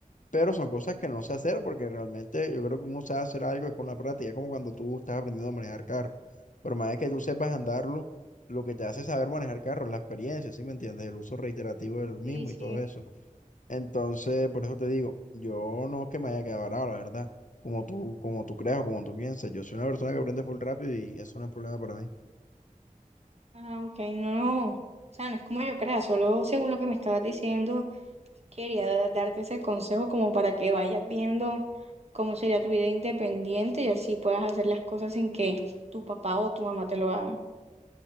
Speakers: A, on the left (about 65°); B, on the right (about 50°).
A: pero son cosas que no sé hacer porque realmente yo creo que uno sabe hacer algo es con la práctica, es como cuando tú estás aprendiendo a manejar carro. Pero más es que tú sepas andarlo, lo que te hace saber manejar carro es la experiencia, ¿sí me entiendes? El uso reiterativo del mismo
B: Sí, sí.
A: y todo eso. Entonces, por eso te digo, yo no es que me haya quedado varado, la verdad, como tú, como tú creas o como tú piensas. Yo soy una persona que aprende full rápido y eso no es problema para mí.
B: Ah, ok, no, no. O sea, no es como yo crea, solo según lo que me estabas diciendo. Quería darte ese consejo como para que vayas viendo cómo sería tu vida independiente y así puedas hacer las cosas sin que tu papá o tu mamá te lo hagan.